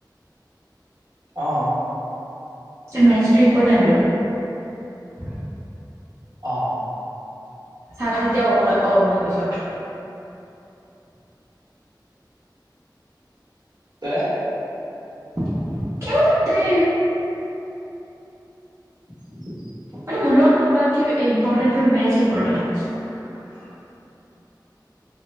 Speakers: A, on the right; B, on the right.
A: অ
B: মেচটো ইম্পৰ্টেণ্ট টোৰ।
A: অ
B: ছাতিয়া অক অ বুলি কৈছ।
A: ত
B: <unintelligible> কিমান তে
A: <inaudible>
B: মানে মোৰ লগত কথা পালাত কি ইম্পৰ্টেচ মেচ ইম্পৰ্টেচ